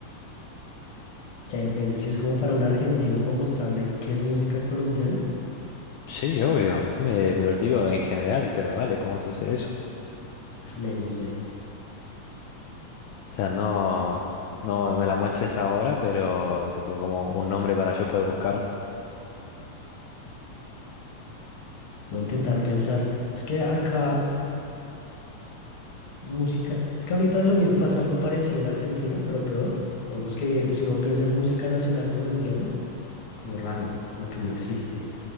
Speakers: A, on the left; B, on the left.
A: Que depende. Si es como para un argentino para mostrarle qué es música colombiana,
B: Sí, obvio, me- pero te digo en general, pero dale, podemos hacer eso.
A: uf, men, no sé.
B: O sea, no, no me la muestres ahora, pero tipo como un nombre para yo poder buscar.
A: Voy a intentar pensar. Es que acá música. Es que ahorita es lo mismo, pasa algo parecido en Argentina, pero peor. Digamos que si uno piensa en música nacional colombiana, como raro, como que no existe.